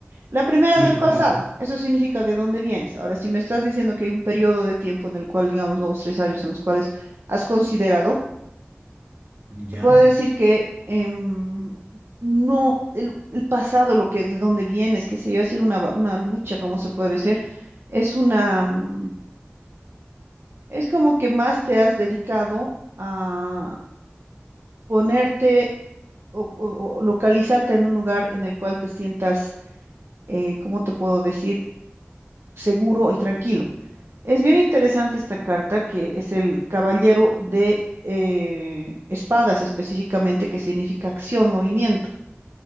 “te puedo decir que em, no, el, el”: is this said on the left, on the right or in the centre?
Right